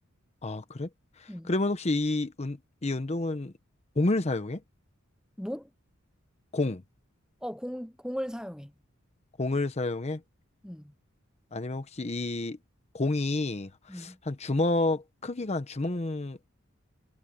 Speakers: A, on the left (about 30°); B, in the centre.
A: 아 그래?
B: 음.
A: 그러면 혹시 이, 운, 이 운동은 공을 사용해?
B: 몸?
A: 공.
B: 어, 공, 공을 사용해.
A: 공을 사용해?
B: 음.
A: 아니면 혹시 이 공이
B: 음.
A: 한 주먹 크기가 한 주먹보다